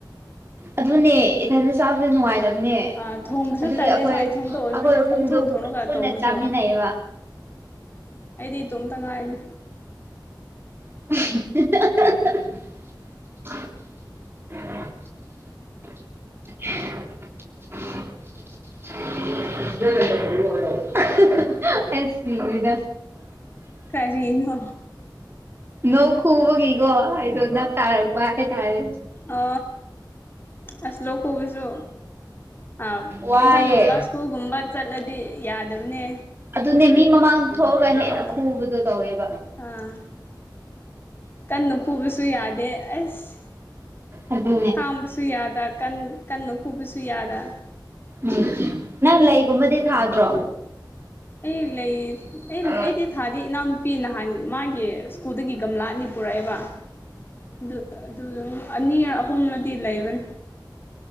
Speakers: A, on the right (about 30°); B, on the left (about 30°).
A: ꯑꯗꯨꯅꯦ ꯏꯊꯟꯗ ꯆꯥꯕꯖꯦ ꯅꯨꯡꯉꯥꯏꯇ ꯅꯦ
B: ꯑꯥ ꯊꯣꯡꯕꯁꯨ
A: ꯑꯗꯨꯒꯤ
B: ꯇꯜꯂꯦꯕ
A: ꯑꯩꯈꯣꯏ ꯑꯛ
B: ꯏꯊꯣꯝꯇ ꯑꯣꯏꯕꯅꯦ
A: ꯑꯩꯈꯣꯏ ꯑꯍꯨꯝꯗꯨ
B: ꯄꯪꯊꯣꯡ ꯊꯣꯡꯔꯒ
A: ꯄꯨꯟ ꯄꯨꯟꯅ
B: ꯇꯧꯕꯗꯣ
A: ꯆꯥꯃꯤꯟꯅꯩꯌꯦꯕ
B: ꯑꯩꯗꯤ ꯏꯇꯣꯝꯇ ꯉꯥꯏꯔꯦ
A: <unintelligible> <unintelligible> <unintelligible> ꯑꯩ ꯁꯤꯔꯦꯗ
B: ꯀꯔꯤꯅꯣ
A: ꯅꯣꯛ ꯈꯨꯕꯒꯤꯒꯣ ꯑꯩꯗꯣ ꯅꯞ ꯇꯥꯔꯛꯄ ꯍꯥꯏꯇꯥꯔꯦ
B: ꯑ ꯑꯁ ꯂꯣꯛ ꯈꯨꯕꯁꯨ ꯑ
A: ꯋꯥꯏꯌꯦ
B: ꯐꯪꯁꯟꯒꯨꯝꯕ ꯁ꯭ꯀꯨꯜꯒꯨꯝꯕ ꯆꯠꯂꯗꯤ ꯌꯥꯗꯕꯅꯦ
A: ꯑꯗꯨꯅꯦ ꯃꯤ ꯃꯃꯥꯡ ꯊꯣꯛꯑꯒ ꯍꯦꯟꯅ
B: ꯑꯥ
A: ꯈꯨꯕꯗꯣ ꯇꯧꯋꯦꯕ
B: ꯑꯥ ꯀꯟꯅ ꯈꯨꯕꯁꯨ ꯌꯥꯗꯦ ꯑꯁ
A: <unintelligible> ꯑꯗꯨ
B: ꯈꯥꯡꯕꯁꯨ ꯌꯥꯗ ꯀꯟ ꯀꯟꯅ ꯈꯨꯕꯁꯨ ꯌꯥꯗ
A: ꯎꯝ ꯅꯪ ꯂꯩꯒꯨꯝꯕꯗꯤ ꯊꯥꯗ꯭ꯔꯣ
B: ꯑꯩ ꯂꯩ ꯑꯩ
A: ꯍꯣꯏ
B: ꯑꯩꯗꯤ ꯊꯥꯗꯤ ꯏꯅꯥꯎꯅꯨꯄꯤ ꯅꯍꯥꯟ ꯃꯥꯒꯤ ꯀꯨꯜꯗꯒꯤ ꯒꯝꯂꯥ ꯑꯅꯤ ꯄꯨꯔꯛꯑꯦꯕ ꯑꯗꯨ ꯑꯗꯨ ꯑꯅꯤꯔ ꯑꯍꯨꯝꯂ ꯗꯤ ꯂꯩꯕꯅꯤ